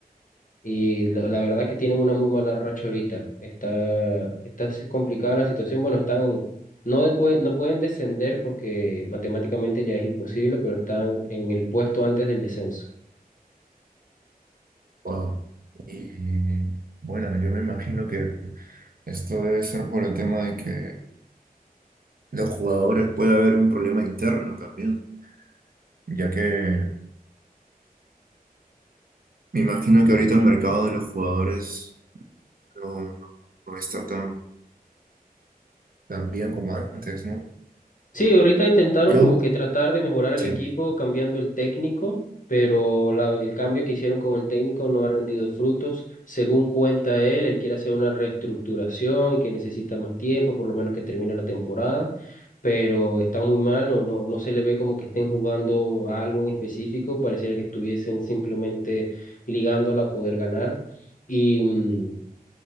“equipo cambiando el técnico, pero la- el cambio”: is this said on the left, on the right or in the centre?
Left